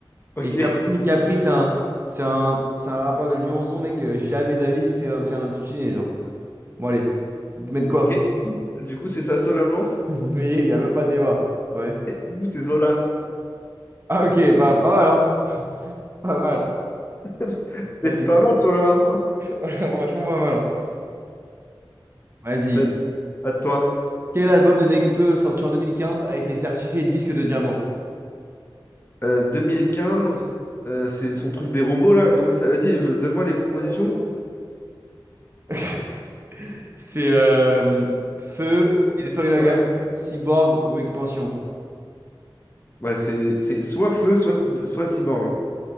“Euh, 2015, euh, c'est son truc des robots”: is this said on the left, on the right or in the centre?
Left